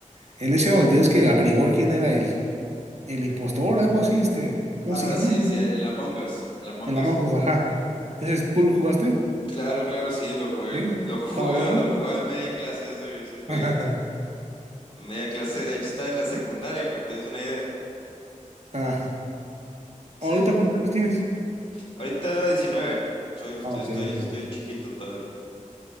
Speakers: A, on the right (about 55°); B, on the left (about 40°).
A: el ese donde tienes que averiguar quién era el, el impostor, algo así, este, ¿cómo
B: Ah,
A: se llama?
B: sí,
A: ¿No?
B: sí, el Among Us, el Among
A: El Among
B: Us.
A: Us, ajá. Ese, es- ¿tú lo jugaste?
B: Claro, claro, sí, lo jugué,
A: ¿Bien?
B: lo jugué,
A: ah bueno?
B: lo jugaba en media clase ese, ese jueguito.
A: <laughs>
B: En media clase, de hecho estaba en la secundaria, para que te des una idea.
A: Ah,
B: Sí.
A: ¿ahorita cuántos años tienes?
B: Ahorita diecinueve Soy, estoy,
A: Ah, ok,
B: estoy,
A: ok,
B: estoy
A: ok.
B: chiquito todavía.